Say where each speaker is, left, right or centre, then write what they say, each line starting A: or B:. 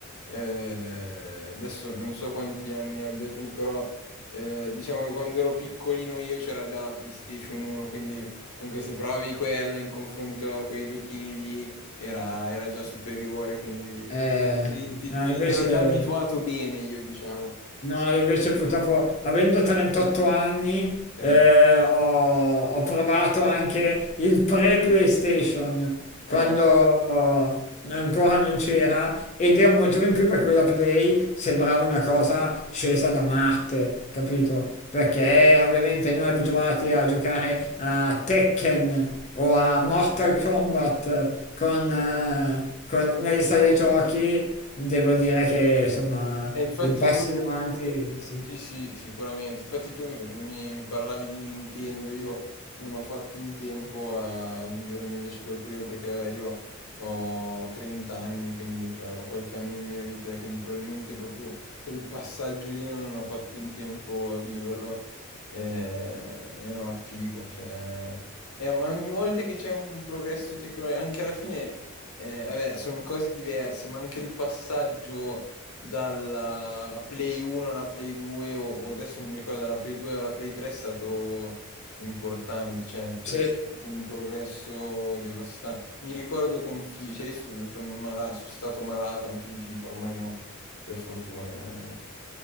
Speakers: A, on the left; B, on the left.
A: eh, adesso non so quanti anni abbia tu, però eh, diciamo che quando ero piccolino io c'era già la PlayStation 1, quindi anche se provavi quella in confronto a quei giochini lì era, era già superiore, quindi
B: Eh,
A: ti- ti-
B: no, Eh, invece,
A: ero già abituato bene io, diciamo.
B: No, io invece purtroppo, avendo 38 anni,
A: Ok.
B: eh, ho, ho provato anche il pre-PlayStation,
A: Eh,
B: quando ancora non c'era, ed è un motivo in più per cui la Play sembrava una cosa scesa da Marte, capito? Perché ovviamente noi abituati a giocare a Tekken o a Mortal Kombat con, eh, con- nelle sale giochi Devo dire che insomma
A: E infatti
B: il passo
A: tu,
B: in avanti, sì,
A: sì sì, sicuramente, infatti tu mi, mi parlavi di Nintendo, io non ho fatto in tempo a vivermi invece quel periodo perché io ho 30 anni, quindi cioè, ho qualche anno in meno di te, quindi probabilmente proprio quel passaggio lì non ho fatto in tempo a viverlo. E, e no, figo, cioè... eh, ma ogni volta che c'è un progresso tecnologico, anche alla fine, eh, vabbè, sono cose diverse, ma anche il passaggio dalla Play 1 alla Play 2 o, o adesso non mi ricordo dalla Play 2 alla Play 3 è stato importante, cioè è
B: sì,
A: stato un progresso devastante. Mi ricordo con FIFA, cioè io sono, sono mala- sono stato malato anche di FIFA, ormai no, per fortuna. eh.